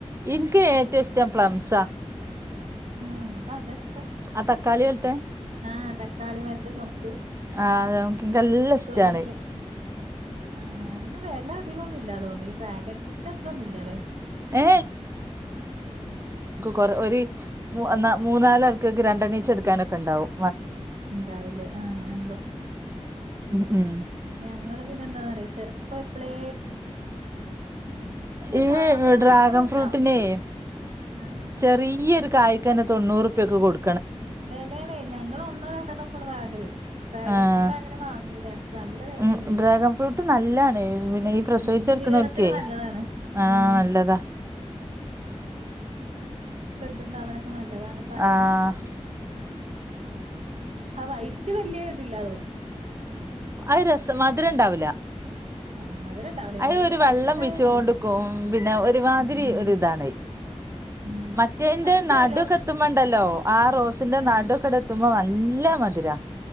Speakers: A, on the right; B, on the right.
A: ഇൻക്ക് ഏറ്റ ഇഷ്ടം പ്ലംസാ
B: നിനക്ക അതാ ഇഷ്
A: ആ തക്കാളി പോലത്തെ
B: ആ തക്കാളി മരത്തെ ചുവപ്പ്
A: ആ അത് നമ്ക്കിക്കെല്ലാം ഇഷ്ടാണ്
B: തൊലില്ലേ ആ അതിന് വെല അദികൊന്നുല്ലാതോന്നു ഈ ഡ്രാഗൻ <unintelligible>
A: ഏ കൊറേ ഒരി മൂന്നാലാൾക്കക്ക് രണ്ടണ്ണീച്ചടുക്കാനക്കെ ഒണ്ടാവും
B: ഉണ്ടാവലേ ആ ആ
A: ഉം ഉം
B: ഞങ്ങള് പിന്നെന്താന്നറിയോ ചെലപ്പഴ് പ്ലേ
A: ഈഡ്രാഗൺ
B: സാധനം ഇവിടെ എപ്പളും ഉണ്ടാവും
A: ഫ്രൂട്ടിനെ
B: ആ
A: ചെറിയരു കായ്ക്കെനെ തൊണ്ണൂറുപ്യൊക്കെ കൊട്
B: വെലേണേ ഞങ്ങള് ഒന്നോ രണ്ടെണ്ണെ ക്കൊള്ളൂ വാങ്ങല് ഡ്രാഗൻ
A: ആഹ്
B: ഫ്രൂട്ടങ്ങനെ വാങ്ങൂല. നല്ല വെലല്ലേ
A: ഉം ഡ്രാഗൺ ഫ്രൂട്ട് നല്ലാണ് പിന്നെ ഈ പ്രസവിച്ച
B: ഉം ക്ഷീണത്തിന്
A: ട്ക്ക്ണോൽക്കേ
B: നല്ലതാണ്
A: ആ
B: ഉം
A: നല്ലതാ
B: ത്ണ്ടാവണ നല്ലതാണ് പറിണേക്കാ
A: ആഹ്
B: ആ വൈറ്റ് വല്യെ ത് ല്ലാ തോണ്
A: അത് രസം മധ്‌രണ്ടാവുലാ
B: ആ മധുരം ഉണ്ടാവൂല
A: അത്
B: എങ്ങനെലും
A: ഒര് വെള്ളം
B: വയറ്റ്ക്കായ
A: പീച്ച്യോണ്ട്ക്കും
B: നല്ലത്
A: പിന്നെ ഒര്മാതിരി
B: ഉം
A: ഒര്താണത്
B: ഉം
A: മറ്റേന്റെ
B: അത് ചെലോ
A: നടൊക്കെ എത്ത്മ്പണ്ടല്ലോ ആ റോസ്ന്റെ
B: ഉം
A: നാടാെക്കേടെത്ത്മ്പം ന നല്ല മധ്‌രാ